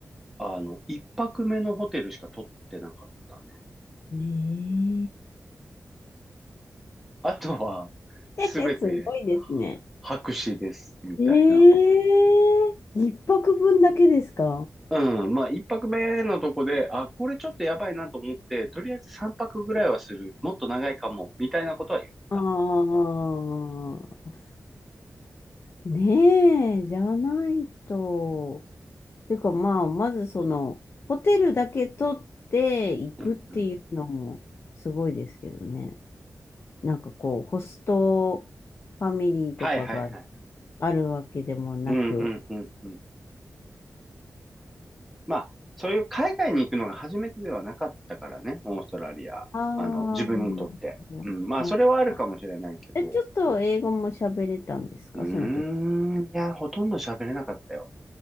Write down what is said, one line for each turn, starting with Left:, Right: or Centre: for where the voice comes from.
Centre: あの、1泊目のホテルしか取ってなかったね。
Left: ね
Centre: あとは、すべて
Left: えー <laughs> すごいですね。
Centre: 白紙です、みたいな。
Left: え。ええ一泊分だけですか
Centre: うん、まあ1泊目のとこで、あ、これちょっとやばいなと思って、とりあえず3泊ぐらいはする、もっと長いかも、みたいなことは言った。
Left: ああ、ねえ、じゃないと。てかまあ、まずその、ホテルだけ取って行くっていうのもすごいですけどね。
Centre: うんうん。
Left: なんかこう、ホストファミリーとかが
Centre: はいはいはい。
Left: あるわけでもなく。
Centre: うんうんうんうん。まあ、そういう海外に行くのが初めてではなかったからね、オーストラリア。
Left: あ
Centre: あの、自分にとって。
Left: あ、なる
Centre: うん、まあ、
Left: ほど。
Centre: それはあるかもしれないけど。
Left: え、ちょっと英語も喋れたんですか、
Centre: うーん、
Left: その時。
Centre: いや、ほとんど喋れなかったよ。